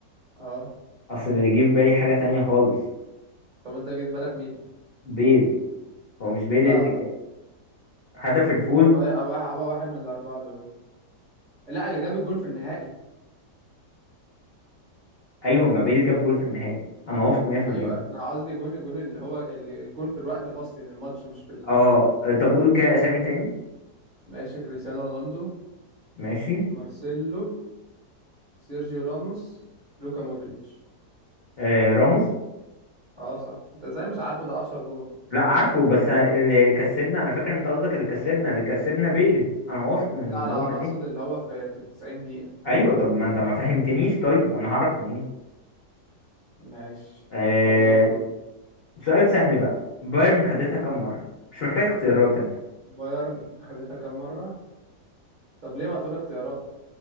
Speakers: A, on the right; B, on the left.
A: اه
B: اصل اللي جه في بالي حاجه تانية خالص
A: طب انت جه في بالك مين
B: بيل هو مش بيل
A: لا
B: اللي
A: لا
B: جاب هدف الفوز
A: هو هو واحد هو واحد من الاربعه دول لا اللي جاب الجون في النهائي
B: ايوه ما بيل جاب جول في النهائي انا واثق 100%
A: ايوه انا قصدي الجون الجون اللي هو ال- الجون في الوقت الاصلي للماتش مش في ال-
B: اه طب قول كده اسامي تاني
A: ماشي كريستيانو رونالدو
B: ماشي
A: مارسيلو سيرجيو راموس لوكا مودريتش
B: آه راموس
A: اه صح انت ازاي مش عارفه ده 10 جون
B: لا عارفه بس اللي كسبنا انا فاكر انت قصدك اللي كسبنا اللي كسبنا بيل انا واثق من
A: لا
B: المعلومه
A: لا انا
B: دي
A: اقصد اللي هو في في 90 دقيقة
B: ايوه طب ما انت ما فهمتنيش طيب انا هعرف منين
A: ماشي
B: آه...
A: طب يلا دور
B: سؤال سهل بقى بايرن خدتها كم مره مش محتاج اختيارات انت
A: بايرن خدتها كام مرة طب ليه ما تقول اختيارات